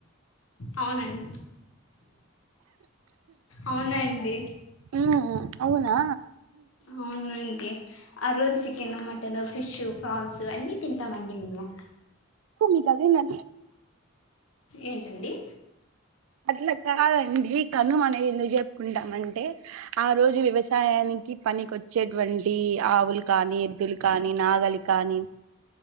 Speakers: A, on the left; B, on the right.
A: అవునండి అవునండి
B: ఉమ్ అవునా?
A: అవునుండి ఆ రోజు చికెను, మటను, ఫిషు, ఫ్రాల్సు, అన్నీ తింటామండి మేము
B: తూ మీకు అదేనా
A: ఏంటండి?
B: అట్ల కాదండి కనుమ అనే ఎందుకు జరుపుకుంటామంటే ఆ రోజు వ్యవసాయానికి పనికొచ్చే టువంటి ఆవులు కానీ, ఎద్దుల్ కానీ నాగలి కానీ